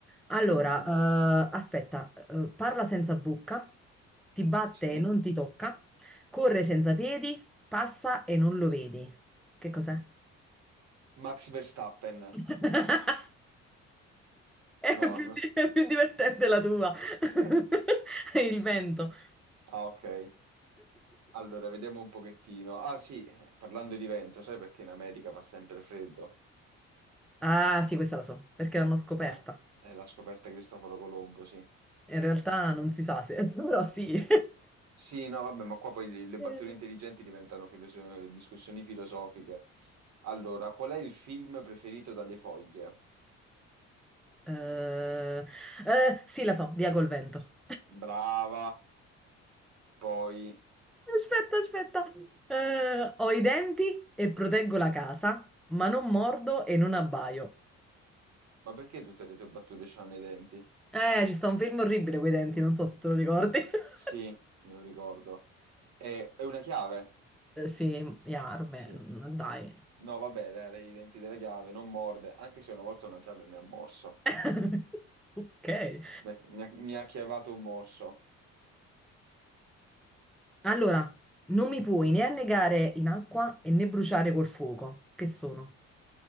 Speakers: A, in the centre; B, on the right.
A: Allora,
B: mm,
A: eh, aspetta, eh, parla senza bocca, ti batte
B: sì.
A: e non ti tocca, corre senza piedi, passa e non lo vedi. Che cos'è?
B: Max Verstappen.
A: <laughs> È
B: No,
A: più,
B: no.
A: di- è più divertente la tua.
B: <laughs>
A: <laughs> Il vento.
B: Ah, ok. Allora, vediamo un pochettino. Ah, sì, eh, parlando di vento, sai perché in America fa sempre freddo?
A: Ah, sì, questa la so, perché l'hanno scoperta.
B: Eh, è la scoperta di Cristoforo Colombo, sì.
A: In
B: Eh.
A: realtà non si sa se, <laughs> però sì.
B: Sì, no, vabbè, ma qua poi le
A: Eh,
B: battute intelligenti diventano filoso- discussioni filosofiche. Allora, qual è il film preferito dalle foglie?
A: eh, sì, la so, via col vento.
B: Brava. Poi,
A: Aspetta, aspetta. Eh, ho i denti e proteggo la casa, ma non mordo e non abbaio.
B: ma perché tutte le tue battute hanno i denti?
A: Eh, ci sta un film orribile con i denti, non so se te lo ricordi. <laughs>
B: Sì, me lo ricordo. Eh, È, una chiave?
A: Eh, Sì, Yarme,
B: Sì.
A: dai.
B: No, vabbè, dai, i denti della chiave, non morde, anche se una volta una chiave mi ha morso.
A: <laughs> Ok.
B: Mi ha, mi ha- mi ha chiavato un morso.
A: Allora, non mi puoi né annegare in acqua e né bruciare col fuoco. Che sono?